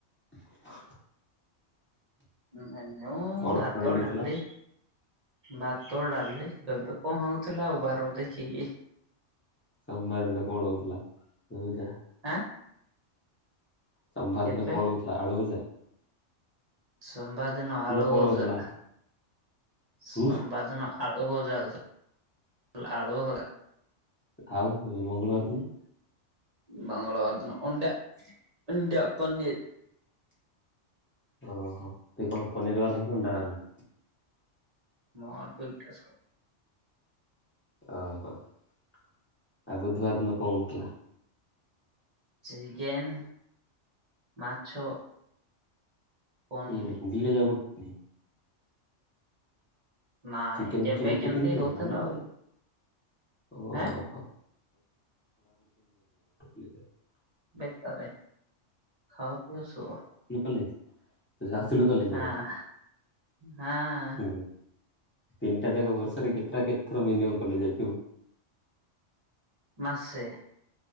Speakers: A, on the left (about 15°); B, on the right (about 40°).
A: <inaudible>
B: ମେନ୍ୟୁ
A: କଣ
B: ଭାତ
A: କଣ ମେନ୍ୟୁ
B: ଢାଲି।
A: ଥିଲା?
B: ଭାତ ଡାଲି ଏବେ କଣ ହଉଥିଲା ଆଉ ବାର ଦେଖିକି।
A: ସୋମବାର ଦିନ କଣ ହଉଥିଲା <unintelligible>
B: ଆଁ?
A: ସୋମବାର
B: କେବେ
A: ଦିନ କଣ ହେଉଥିଲା ଆଳୁଭଜା?
B: ସୋମବାର ଦିନ ଆଳୁ
A: କଣ
B: ଭଜା
A: ହଉଥିଲା
B: ସୋମବାର
A: ଉଁ
B: ଦିନ। ଆଳୁ ଭଜା <unintelligible> ଆଳୁ ଭଜା।
A: ଆଉ ମଙ୍ଗଳବାର ଦିନ?
B: ମଙ୍ଗଳବାର ଦିନ ଅଣ୍ଡା ଅଣ୍ଡା ପନୀର୍।
A: ଓହୋ ତୁ କଣ ପନିର୍ ବାଲା କି ଅଣ୍ଡା ବାଲା?
B: ମର ଦୁଇଟା ସ
A: ଓହୋ ଆଉ ବୁଧବାର ଦିନ କଣ ହଉଥିଲା?
B: ଚିକେନ୍ ମାଛ। ପନିର
A: ଉଁ ହୁଁ ଦିଇଟା ଯାକ କରୁ ନ୍ତି।
B: ନାଇଁ
A: ଚିକେନ୍
B: କେବେ
A: ମାଛ ଗୋଟେ
B: କେମିତି
A: ଦିନ ହେଇଯାଇଥିଲା
B: ହଉଥିଲା
A: ନା
B: ଆଉ
A: ଓହୋ
B: ଆଁ
A: <unintelligible>
B: ବେକାରରେ ଖାଅ ପିଅ ଶୁଅ।
A: କଲେଜ୍ ତ ଯାଉଥିଲୁ କଲେଜ
B: ହଁ
A: ଆଗ
B: ହଁ
A: ହୁ। ତିନିଟା ଯାକ ଭରଷା ରେ କେତେଟା କେତେଥର ମିନିମମ୍ କଲେଜ୍ ଯାଇଥିବୁ?
B: ମାସେ।